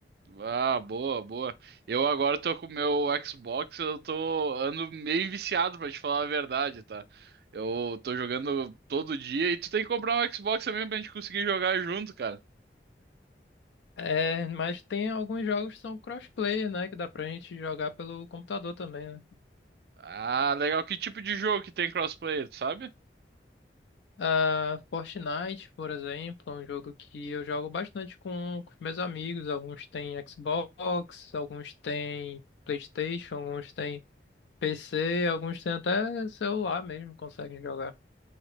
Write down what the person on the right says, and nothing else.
Ah, boa, boa. Eu agora tô com o meu Xbox, eu tô ando meio viciado pra te falar a verdade, tá? Eu tô jogando todo dia e tu tem que comprar um Xbox também pra gente conseguir jogar junto, cara.
Ah, legal. Que tipo de jogo que tem crossplay, tu sabe?